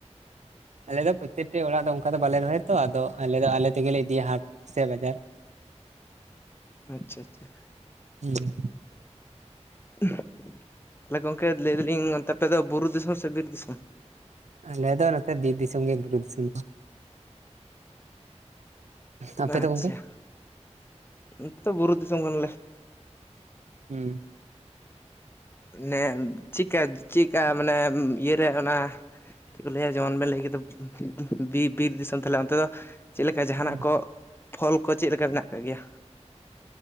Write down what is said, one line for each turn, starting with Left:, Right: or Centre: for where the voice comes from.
Right: ᱟᱞᱮ ᱫᱚ ᱯᱨᱚᱛᱮᱠᱴᱤ ᱚᱲᱟᱜ ᱫᱚ ᱚᱱᱠᱟ ᱫᱚ ᱵᱟᱞᱮ ᱨᱚᱦᱚᱭᱟ ᱛᱚ, ᱟᱫᱚ ᱟᱞᱮ ᱫᱚ ᱟᱞᱮ ᱛᱮᱜᱮ ᱞᱮ ᱤᱫᱤᱭᱟ ᱦᱟᱴ ᱥᱮ ᱵᱟᱡᱟᱨ᱾
Left: ᱟᱪᱪᱷᱟ ᱟᱪᱪᱷᱟ᱾
Right: ᱦᱩᱸ᱾
Left: ᱩᱸᱦ ᱛᱟᱦᱞᱮ ᱜᱚᱝᱠᱮ ᱞᱟᱹᱭ ᱫᱟᱞᱤᱧ ᱚᱱᱛᱮ ᱟᱯᱮ ᱫᱚ ᱵᱩᱨᱩ ᱫᱤᱥᱚᱢ ᱥᱮ ᱵᱤᱨ ᱫᱤᱥᱚᱢ?
Right: ᱟᱞᱮ ᱫᱚ ᱱᱚᱛᱮ ᱵᱤᱨ ᱫᱤᱥᱚᱢ ᱜᱮ ᱵᱩᱨᱩ ᱫᱤᱥᱚᱢ ᱫᱚ ᱵᱟ᱾ ᱵᱟᱝ ᱟᱯᱮ
Left: ᱟᱪᱪᱷᱟ
Right: ᱫᱚ ᱜᱚᱝᱠᱮ
Left: ᱱᱚᱛᱮ ᱵᱩᱨᱩ ᱫᱤᱥᱚᱢ ᱠᱟᱱᱟᱞᱮ᱾
Right: ᱦᱩᱸ᱾
Left: ᱢᱟᱱᱮ ᱪᱤᱜ ᱠᱟ ᱪᱤᱜ ᱠᱟ ᱢᱟᱱᱮ ᱤᱭᱟᱹᱨᱮ ᱚᱱᱟ ᱪᱮᱫ ᱠᱚ ᱞᱟᱹᱭᱟ ᱡᱮᱢᱚᱱ ᱵᱮᱱ ᱞᱟᱹᱭ ᱠᱮᱫᱟ ᱵᱤᱼᱵᱤᱨ ᱫᱤᱥᱚᱢ ᱛᱟᱦᱞᱮ ᱚᱱᱛᱮ ᱫᱚ ᱪᱮᱫ ᱞᱮᱠᱟ ᱡᱟᱦᱟᱱᱟᱜ
Right: ᱦᱩᱸ
Left: ᱠᱚ ᱯᱷᱚᱞ ᱠᱚ ᱪᱮᱫ ᱞᱮᱠᱟ ᱢᱮᱱᱟᱜ ᱠᱟᱜ ᱜᱮᱭᱟ?